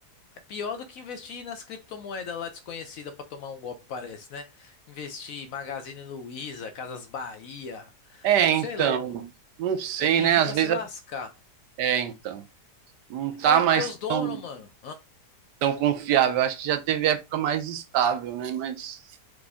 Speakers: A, on the left; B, on the right.
A: É pior do que investir nas criptomoedas lá desconhecida pra tomar um golpe, parece, né? Investir em Magazine Luiza, Casas Bahia.
B: É, então,
A: Cê é louco.
B: não sei,
A: É pedir
B: né? Às
A: pra
B: vezes
A: se lascar.
B: é, é, então, não tá
A: É,
B: mais
A: porque os donos,
B: tão,
A: mano.
B: tão confiável. Acho que já teve época mais estável, né? Mas